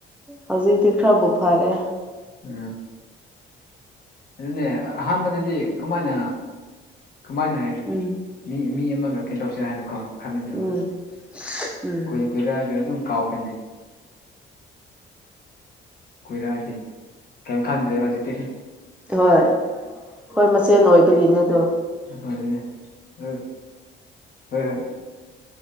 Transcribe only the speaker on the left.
ꯎꯝ ꯑꯗꯨꯅꯦ ꯑꯍꯥꯟꯕꯗꯗꯤ ꯀꯃꯥꯏꯅ ꯀꯃꯥꯏꯅ ꯍꯥꯏ
ꯃꯤ ꯃꯤ ꯑꯃꯒ ꯀꯩꯅꯣ ꯇꯧꯁꯤꯔ ꯍꯥꯏꯅꯀꯣ ꯈꯟꯕꯅꯦꯕ
ꯀꯨꯏ ꯀꯨꯏꯔꯛꯑꯒ ꯑꯗꯨꯝ ꯀꯥꯎꯈꯔꯦ ꯅꯦ ꯀꯨꯏꯔꯛꯑꯗꯤ ꯀꯩꯝ ꯈꯟꯗ꯭ꯔꯦꯕ ꯍꯧꯖꯤꯛꯇꯤ
ꯑꯗꯨꯅꯦ ꯍꯣꯏ ꯍꯣꯏ